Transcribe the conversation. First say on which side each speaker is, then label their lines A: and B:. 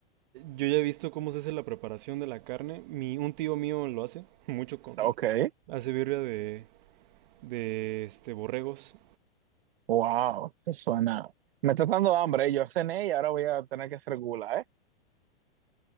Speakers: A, on the right; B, on the right.
A: yo ya he visto cómo se hace la preparación de la carne. Mi, un tío mío lo hace, <laughs> mucho con...
B: Ok.
A: Hace birria de, de este, borregos.
B: Wow, eso suena. Me está dando hambre. ¿eh? Yo cené y ahora voy a tener que hacer gula, ¿eh?